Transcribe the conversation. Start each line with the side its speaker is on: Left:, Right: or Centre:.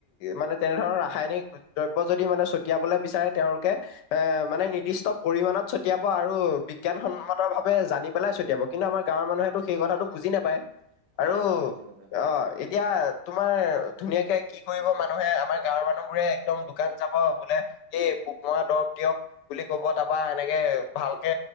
Left: মানে তেনেধৰণৰ ৰাসায়নিক দ্ৰব্য যদি মানে ছটিয়াবলে বিচাৰে তেওঁলোকে- এ মানে নিৰ্দিষ্ট পৰিমানত ছটিয়াব আৰু বিজ্ঞানসন্মত ভাৱে জানি পেলাই ছটিয়াব। কিন্তু আমাৰ গাঁৱৰ মানুহেতো সেই কথাটো বুজি নাপায়। আৰু
Right: হয় হয় বুজি নাপায় হয়
Left: অঁ- এতিয়া তোমাৰ ধুনীয়াকে কি কৰিব মানুহে আমাৰ গাঁৱৰ মানুহবোৰে একদম দোকান যাব- বোলে এই পোক মৰা দৰব দিয়ক- বুলি ক'ব তাপা এনেকে ভালকে